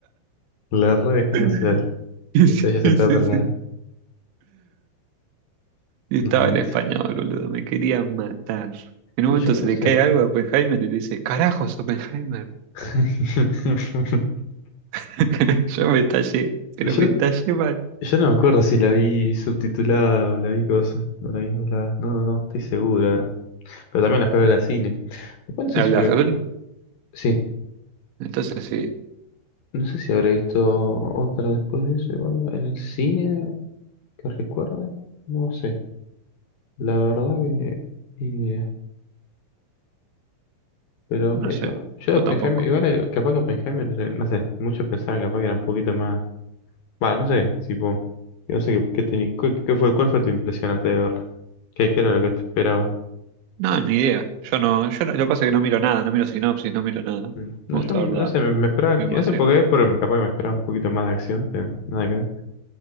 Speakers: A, on the left (about 65°); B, on the right (about 75°).
A: La re dejaron
B: <laughs>
A: hacer.
B: Sí,
A: Que se haya sentado
B: sí,
A: atrás.
B: sí.
A: de la-
B: Y estaba
A: No, amiguito.
B: en español, boludo, me querían matar. En un
A: Y
B: momento
A: yo no
B: se le
A: sé.
B: cae algo a Oppenheimer y le dice, carajos, Oppenheimer.
A: <laughs>
B: <laughs> Yo me estallé, pero
A: Yo,
B: me estallé mal.
A: yo no me acuerdo si la vi subtitulada o la vi cosa. O la vi doblada. No, no, no, estoy seguro ahora. Pero también la fui a ver al cine. Después no sé
B: ¿Hablas
A: si fui-
B: él?
A: sí,
B: Entonces sí,
A: no sé si habré visto otra después de eso, igual en el cine que recuerde, no sé. La verdad que eh, pero
B: no
A: qué
B: sé,
A: sé yo, yo de
B: yo
A: Oppenheimer,
B: tampoco.
A: igual eh, capaz que Oppenheimer, eh, no sé, muchos pensaban capaz que era un poquito más, bueno, no sé, tipo, yo no sé qué, qué teni- cu- qué fue, cuál fue tu impresión antes de verla, qué, qué era lo que te esperaba.
B: No, ni idea. Yo no, yo no- lo que pasa es que no miro nada, no miro sinopsis, no miro nada.
A: Mm. No,
B: Me gusta
A: yo no
B: verla
A: sé, me, me esperaba,
B: bien
A: que-
B: vacío.
A: no sé por qué, pero capaz que me esperaba un poquito más de acción, pero nada que ver.